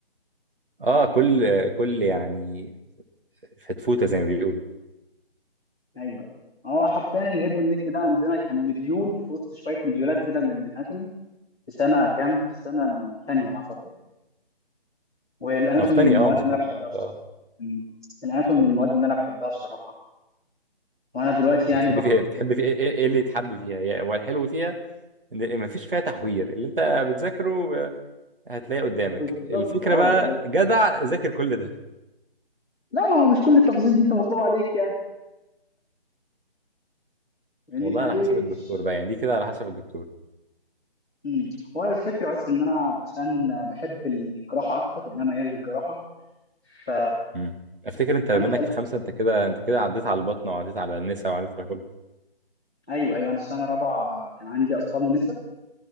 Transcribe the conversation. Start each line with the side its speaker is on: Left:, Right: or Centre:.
Right: اه كل كل يعني فتفوته زي ما بيقولوا
Centre: ايوه هو حرفيا الهيد والنك ده عندنا كان مديول في وسط شويه مديولات كده من الاناتومي في سنه كام في سنه ثانيه اعتقد والاناتومي
Right: مفتني
Centre: من المواد
Right: اه مظبوط
Centre: اللي انا بحبها بصراحه
Right: اه
Centre: مم. الاناتومي من المواد اللي انا بحبها بصراحه وانا دلوقتي يعني
Right: بتحب
Centre: باخد
Right: فيها بتحب فيها ايه إيه- إيه اللي يتحب فيها هي- هو الحلو فيها ان ما فيش فيها تحوير اللي انت بتذاكره ب- هتلاقيه قدامك
Centre: بالظبط
Right: الفكره
Centre: اه
Right: بقى
Centre: بالظبط
Right: جدع ذاكر كل ده
Centre: لا ما هو مش كل التفاصيل دي انت مطلوب عليك يعني يعني
Right: والله
Centre: يعني
Right: على حسب
Centre: مش
Right: الدكتور بقى يعني دي كده على حسب الدكتور
Centre: مم. هو الفكره بس ان انا عشان بحب الجراحه اكتر يعني انا ميال للجراحه ف
Right: امم افتكر انت
Centre: فانت
Right: بما انك في خمسه انت كده انت كده عديت على البطنه وعديت على النساء وعديت على كل
Centre: ايوه ايوه انا السنه الرابعه كان عندي اطفال ونساء